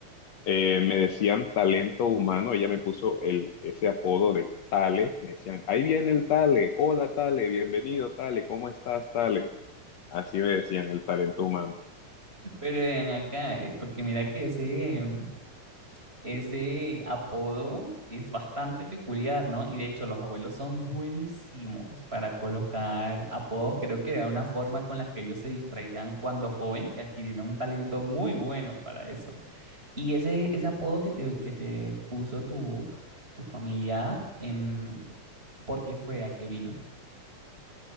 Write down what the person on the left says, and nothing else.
Eh, me decían talento humano. Ella me puso el, ese apodo de Tale. Me decían, ahí viene el Tale. Hola Tale, bienvenido Tale. ¿Cómo estás Tale? Así me decían el talento humano.